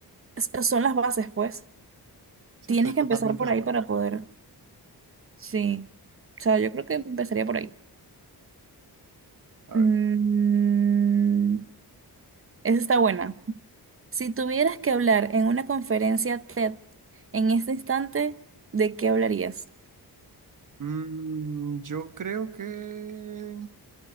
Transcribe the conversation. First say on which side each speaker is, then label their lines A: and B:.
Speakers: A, on the right; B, on the right.
A: s- son las bases, pues.
B: Sí,
A: Tienes
B: estoy totalmente
A: que empezar por
B: de
A: ahí
B: acuerdo.
A: para poder Sí. O sea, yo creo que empezaría por ahí.
B: A
A: Mm,
B: ver,
A: esa está buena. Si tuvieras que hablar en una conferencia TED en este instante, ¿de qué hablarías?
B: mm, yo creo que...